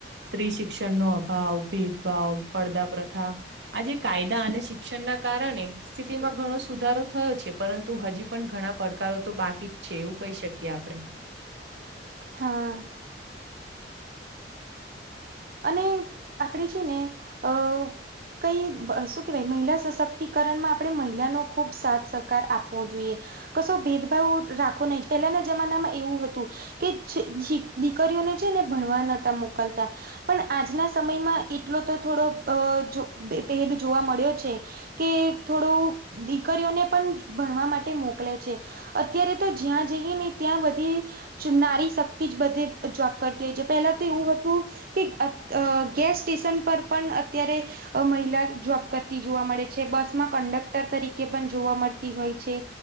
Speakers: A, on the right; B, on the right.
A: સ્ત્રી શિક્ષણનો અભાવ ભેદભાવ પળદા પ્રથા. આજે કાયદા અને શિક્ષણ ના કારણે સ્થિતિમાં ઘણો સુધારો થયો છે પરંતુ હજી પણ ઘણા પડકારો તો બાકી જ છે એવું કહી શકીએ આપણે
B: હા. અને આપણે છે ને અ કઈ શું કહેવાય મહિલા સશક્તિકરણમાં આપણે મહિલાનો ખૂબ સાથ સહકાર આપવો જોઈએ. કશો ભેદભાવ રાખો નહી પહેલાના જમાનામાં એવું હતું કેછે દીકરીઓને છે ને ભણવા નતા મોકલતા પણ આજના સમયમાં એટલો તો થોડો અ જો ભેદ જોવા મળ્યો છે કે થોડું દીકરીઓને પણ ભણવા માટે મોકલે છે અત્યારે તો જ્યાં જઈએ ને ત્યાં બધી નારી શક્તિ જ બધે જોબ કરતી હોય છે પેલા તો એવું હતું કે અ ગેસ સ્ટેશન પર પણ અત્યારે મહિલા જોબ કરતી જોવા મળે છે બસમાં કન્ડક્ટર તરીકે પણ જોવા મળતી હોય છે